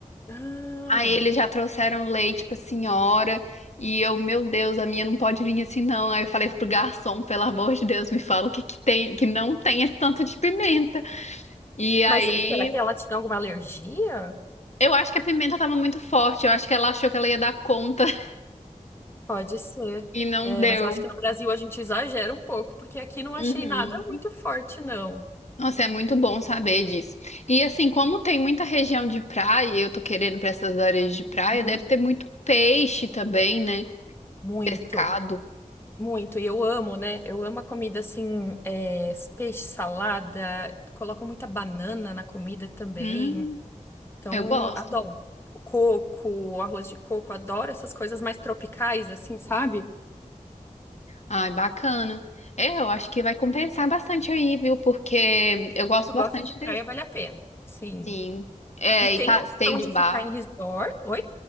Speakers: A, on the left (about 15°); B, on the left (about 55°).
A: Ah.
B: Aí eles já trouxeram leite pra senhora e eu, meu Deus, a minha não pode vir assim não. Aí eu falei pro garçom, pelo amor de Deus, me fala o que que tem, que não tem esse tanto de pimenta. E aí,
A: Mas será que ela tinha alguma alergia?
B: eu acho que a pimenta tava muito forte, eu acho que ela achou que ela ia dar conta <laughs>
A: Pode ser.
B: e não
A: É,
B: deu.
A: mas eu acho que no Brasil a gente exagera um pouco, porque aqui não achei
B: Uhum.
A: nada muito forte, não.
B: Nossa, é muito bom saber disso. E assim, como tem muita região de praia, e eu tô querendo pra essas áreas de praia,
A: Uhum.
B: deve ter muito peixe também, né?
A: Muito,
B: Pescado.
A: muito. E eu amo, né? Eu amo a comida assim, é, peixe, salada. Colocam muita banana na comida também.
B: Hum,
A: Então,
B: eu gosto.
A: adoro. O coco, o arroz de coco, adoro essas coisas mais tropicais, assim, sabe?
B: Ai, bacana. É, eu acho que vai compensar bastante aí, viu? Porque eu gosto
A: Tu
B: bastante
A: gosta de praia,
B: desse.
A: vale a pena. Sim.
B: Sim. É,
A: E tem
B: e passeio
A: a opção
B: de
A: de
B: barco.
A: ficar em resort. Oi.